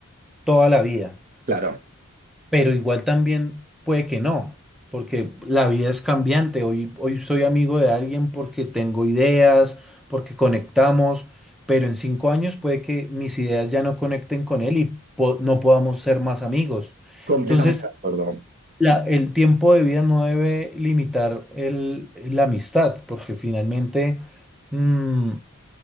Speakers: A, in the centre; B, on the right.
A: toda la vida.
B: Claro,
A: pero igual también puede que no, porque la vida es cambiante. Hoy, hoy soy amigo de alguien porque tengo ideas, porque conectamos, pero en cinco años puede que mis ideas ya no conecten con él y po- no podamos ser más amigos.
B: completamente
A: Entonces,
B: de acuerdo.
A: la- el tiempo de vida no debe limitar el- la amistad, porque finalmente... mm,